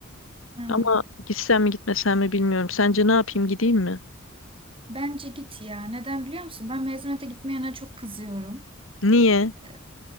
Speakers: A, on the right (about 25°); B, on the left (about 75°).
A: Hmm.
B: Ama gitsem mi gitmesem mi bilmiyorum. Sence ne yapayım gideyim mi?
A: Bence git ya. Neden biliyor musun? Ben mezuniyete gitmeyene çok kızıyorum.
B: Niye?
A: Ee,